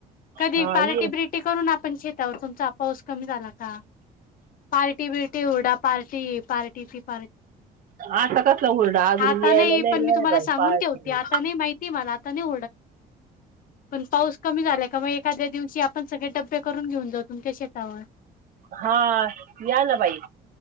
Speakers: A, on the left; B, on the right.
A: कधी
B: हा
A: पार्टी
B: ये
A: बिरटी करून आपण शेतावर तुमचा पाऊस कमी झाला पार्टी बिरटी हुरडा पार्टी पार्टी ही पार्टी ती पार्टी.
B: आता कसलं हुरडा. अजून
A: आता
B: यायला
A: नाही पण
B: वेळ
A: मी तुम्हाला
B: आहे बाई
A: सांगून
B: पाहायची
A: ठेवते आता नाही माहिती मला आता नाही हुरडा कमी झाला का एखाद्या दिवशी आपण पण सगळे डबे करून घेऊन जाऊ तुमच्या शेतावर.
B: हा या ना बाई.